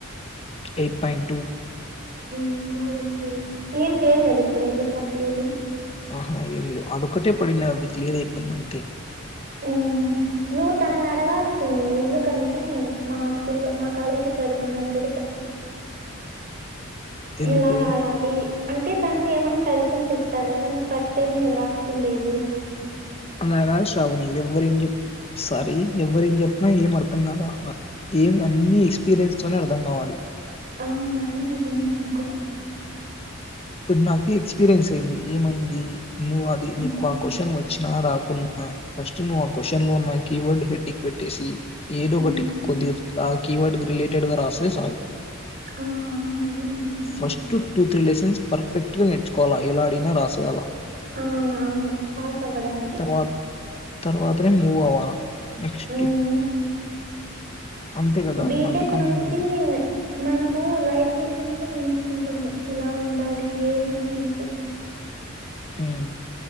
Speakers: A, on the left; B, on the right.
A: ఎయిట్ పయింట్ టూ
B: ఊమ్ బాగోచ్చాయి ఏం లేవు కదా ఇప్పుడైతే సప్లీలు
A: ఆహా ఏం లేవు అదొ ఒకటే పడిన అది క్లియర్ అయిపోయింది అంతే
B: ఉమ్ నువ్వు తనని అడగాల్సింది ఎందుకంటే మా స్కూల్ మా కాలేజ్ లో చదువుకున్న చూ
A: ఎందుకు?
B: ఎలా రాయాలి అంటే తను ఏమైన్నా సరి ఇస్తాడు కదా ను్ ఫస్ట్ టైమే కదా రాస్తుండేది
A: అలాగా శ్రావణి ఎవ్వర ఏం చె సారీ ఎవ్వర ఏం చెప్పినా ఏం అర్థం కాదా గేమ్ అన్నిీ ఎక్స్పీరియన్స్ తోనే అర్థం కావాలి
B: అవును అది నిజమే అనుకో
A: ఇప్పుడు నాకు ఎక్స్పీరియన్స్ అయింది ఏమైంది నువ్వు అది
B: మ్మ్
A: నీకు ఆ క్వశ్చన్ వచ్చినా రాకున్నా ఫస్ట్ నువ్వు ఆ క్వశ్చన్ లోన్న కీవర్డ్ హెడ్డింగ్ పెట్టేసి ఏదో
B: మ్మ్
A: ఒకటి కొద్దిరు ఆ కీవర్డ్ రిలేటెడ్ గా రాస్తే సాలు
B: ఆ అవును అది నిజమే
A: ఫస్ట్ టూ రిలేషన్స్ పర్ఫెక్ట్ గా నేర్చుకోవాలా ఎలా అడిగిన రాసేయాలా
B: ఆ అవును పాస్ అవ్వడానికి
A: తర్వా తర్వాతనే మూవ్ అవ్వాల నెక్స్ట్
B: హ్మ్
A: అంతే గదా!
B: బీటెక్
A: అంతకన్నా
B: నుంచి
A: ఏముంది.
B: మనము లైఫ్ లెసెన్స్ నేర్చు కుంటము ఎలా ఉండాలి ఏమని అంతే
A: ఉమ్